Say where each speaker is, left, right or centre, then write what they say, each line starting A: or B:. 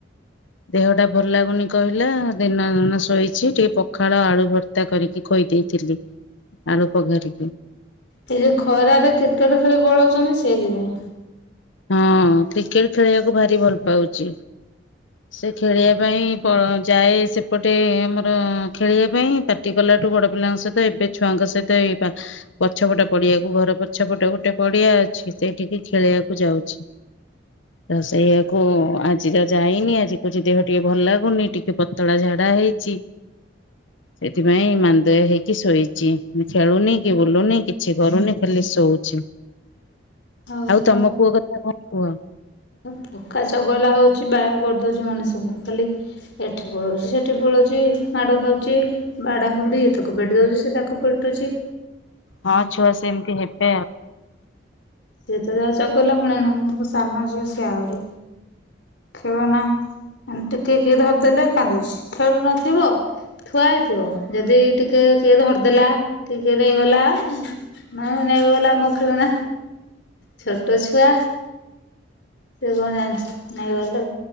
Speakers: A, on the left; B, on the left.
A: ଦେହଟା ଭଲ ଲାଗୁନି କହିଲା ଦିନ ମାନ ଶୋଇଛି, ଟିକେ ପଖାଳ ଆଳୁ ଭର୍ତ୍ତା କରିକି ଖୋଇ ଦେଇଥିଲି। ଆଳୁ ପଘାରି।
B: ସେ ଯୋଉ ଖରାରେ କ୍ରିକେଟ୍ ଖେଳି ପଳଉଚନ୍ତି ସେ ସେଇଥିପାଇଁ।
A: ହଁ କ୍ରିକେଟ୍ ଖେଳିବାକୁ ଭାରି ଭଲ ପାଉଚି, ସେ ଖେଳିବା ପାଇଁ ପ-ଯାଏ ସେପଟେ ଆମର ଖେଳିବା ପାଇଁ ପାଟି କଲାଠୁ, ବଡ ପିଲାଙ୍କ ସହିତ ଏବେ ଛୁଆଙ୍କ ସହିତ ଏଇ ପା-ପଛପଟ ପଡିଆକୁ ଘର ପଛପଟ ଗୋଟେ ପଡିଆ ଅଛି ସେଇଠିକି ଖେଳିବା ଯାଉଛି ତ ସେଇଆକୁ ଆଜି ତ ଯାଇନି ଆଜି କହୁଚି ଦେହ ଟିକେ ଭଲ ଲାଗୁନି ଟିକେ ପତଳା ଝାଡା ହେଇଛି, ସେଥିପାଇଁ ମାନ୍ଦା ହେଇକି ଶୋଇଚି, ଖେଳୁନି କି ବୁଲୁନି କିଛି କରୁନି ଖାଲି ଶୋଉଛି।
B: ଓ ହୋ।
A: ତମ ପୁଅ କଥା ଆଉ କଣ କୁହ?
B: <inaudible> ପକା ଚଗଲା ହଉଛି ବା କରିଦଉଚି ମଣିଷଙ୍କୁ ଖାଲି ଏଠି ପଳଉଚି ସେଠି ପଳଉଚି ମାଡ଼ ଖାଉଚି, ବାଡ଼ା ହୁଡ଼ି ଏ ତାକୁ ପିଟି ଦଉଚି, ସେ ତାକୁ ପିଟୁଛି।
A: ହଁ ଛୁଆ ସେମିତି ହେବେ।
B: ସିଏ ତ ଯାହା ଚଗଲା, ପୁଣି ନଣନ୍ଦଙ୍କ ସାନ ଝିଅ ସିଏ ଆହୁରି। ଖେଳନା ଅଁ, ଟିକେ କିଏ ଧରିଦେଲେ କାନ୍ଦୁଛି, ଖେଳୁନଥିବ ଥୁଆ ହେଇଥିବ ଯଦି ଟିକେ କିଏ ଧରିଦେଲା ଟିକେ ନେଇଗଲା ମା ନେଇଗଲା ମୋ ଖେଳନା। ଛୋଟ ଛୁଆ। ସେ କଣ ଜାଣିଚି ନେଇଗଲେ